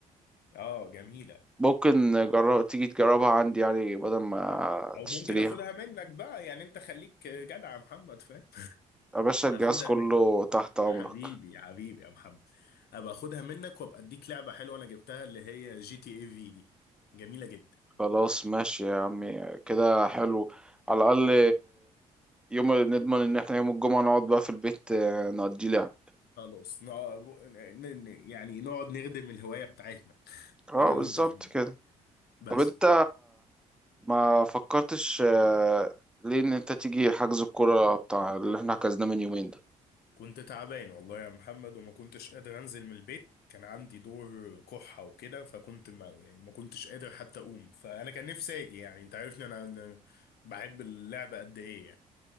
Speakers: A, on the left; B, in the centre.
A: اه جميله
B: ممكن جرب تيجي تجربها عندي يعني بدل ما
A: او
B: تشتريها
A: ممكن اخدها منك بقى يعني انت خليك جدع يا محمد فاهم
B: يا باشا الجهاز
A: اخدها
B: كله تحت أمرك
A: حبيبي حبيبي يا محمد ابقى اخدها منك وابقى اديك لعبه حلوه انا جبتها اللي هي جي تي اي في دي جميله جدا
B: خلاص ماشي يا عمي كده حلو على الأقل يوم نضمن إن احنا يوم الجمعة نقعد بقى في البيت آه، نقضي لعب
A: خلاص نع- ن- ن- يعني نقعد نخدم الهوايه بتاعتنا <laughs>
B: اه
A: انا
B: بالظبط
A: وانت في البيت
B: كده
A: بس
B: طب انت ما فكرتش آه، ليه إن انت تيجي حجز الكورة بتاع اللي احنا حجزناه من يومين ده
A: كنت تعبان والله يا محمد وما كنتش قادر انزل من البيت كان عندي دور كحة وكده فكنت ما يعني ما كنتش قادر حتى اقوم فانا كان نفسي اجي يعني انت عارفني انا أنا بحب اللعبة قد ايه يعني.